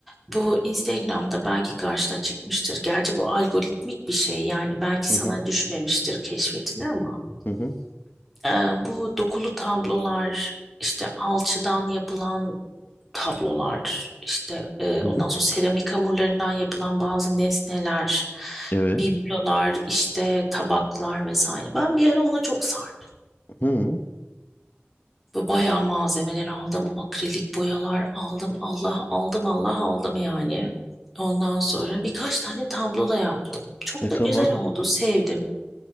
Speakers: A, in the centre; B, on the left (about 45°).
A: Bu Instagram'da belki karşına çıkmıştır. Gerçi bu algoritmik bir şey yani belki
B: Hı
A: sana
B: hı.
A: düşmemiştir keşfetine ama
B: Hı hı.
A: e, bu dokulu tablolar işte alçıdan yapılan tablolar, işte e,
B: Hı
A: ondan
B: hı.
A: sonra seramik hamurlarından yapılan bazı nesneler,
B: Evet.
A: biblolar, işte tabaklar vesaire. Ben bir ara ona çok sardım.
B: Hı.
A: Ve bayağı malzemeler aldım. Akrilik boyalar aldım. Allah aldım, Allah aldım yani. Ondan sonra birkaç tane tablo da yaptım. Çok
B: E tamam.
A: da güzel oldu, sevdim.